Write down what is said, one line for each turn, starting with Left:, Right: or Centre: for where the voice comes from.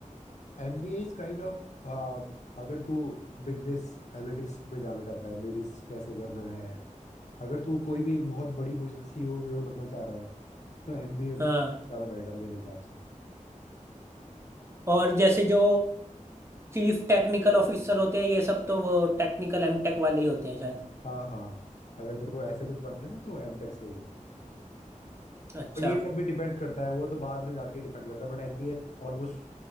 Left: एम बी ए इज काइंड ऑफ अगर तू बिजनेस एनालिटिक्स में जाना चाहता है बिजनेस कैसे करना है अगर तू कोई भी एक बहुत बड़ी पोजिशन सीईओ वीओ बनना चाह रहा है तो एम बी ए ज़्यादा
Right: हाँ
Left: बेटर है मेरे हिसाब से
Right: और जैसे जो चीफ टेक्निकल ऑफिसर होते हैं ये सब तो वो टेक्निकल एम टेक वाले ही होते हैं शायद
Left: हाँ हाँ हाँ। अगर तेरे को ऐसा कुछ बनना है तो एमटेक सही है
Right: अच्छा
Left: बट ये सब भी डिपेंड करता है वो तो बाद में जाके डिपेंड करता है बट एमबीए ऑलमोस्ट